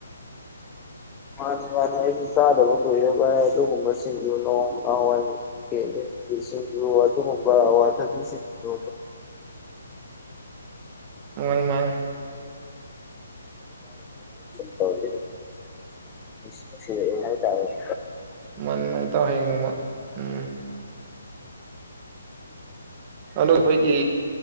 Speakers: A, on the left (about 15°); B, on the right (about 30°).
A: ꯃꯥꯅꯦ ꯃꯥꯅꯦ ꯑꯩꯁꯨ ꯆꯥꯗꯕ ꯀꯨꯏꯔꯕ ꯑꯗꯨꯒꯨꯝꯕꯁꯤꯡꯗꯨ ꯅꯣꯡꯏ <unintelligible> ꯁꯤꯡꯖꯨ ꯑꯗꯨꯒꯨꯝꯕ ꯑꯋꯥꯊꯥꯕꯤ ꯁꯤꯡꯖꯨ
B: ꯃꯥꯅꯤ ꯃꯥꯅꯤ
A: <unintelligible> <unintelligible> <inaudible> ꯅꯨ ꯅꯨꯡꯁꯤꯔꯛꯑꯦ ꯍꯥꯏ ꯇꯥꯔꯦ
B: ꯃꯥꯅꯤ ꯃꯅꯤ ꯇꯥꯎ ꯍꯌꯦꯡꯅꯣꯡꯃ ꯎꯝ ꯑꯗꯨ ꯑꯩꯈꯣꯏꯒꯤ